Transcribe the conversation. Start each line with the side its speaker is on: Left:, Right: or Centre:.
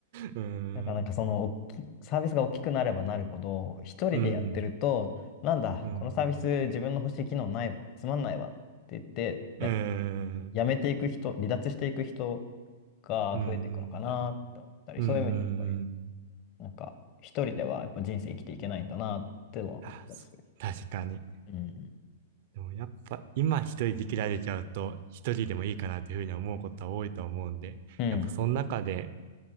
Right: ーん。
Left: なんかなんかその大きサービスが大きくなればなるほど、一人でやってると、
Right: うん。
Left: なんだ、
Right: うん。
Left: このサービス自分の欲しい機能ないわ、つまんないわって言って、
Right: うー
Left: や、
Right: ん。
Left: やめていく人、離脱していく人が増えていくのかなって思ったり、
Right: うーん。うーん。
Left: そういう意味ではやっぱり、なんか一人ではやっぱ人生生きていけないんだなっては思ったりする。
Right: あ、そう確かに。
Left: うん。
Right: でもやっぱ今一人で切られちゃうと一人でもいいかなというふうに思うことは多いと思うんで、
Left: うん。
Right: やっぱその中で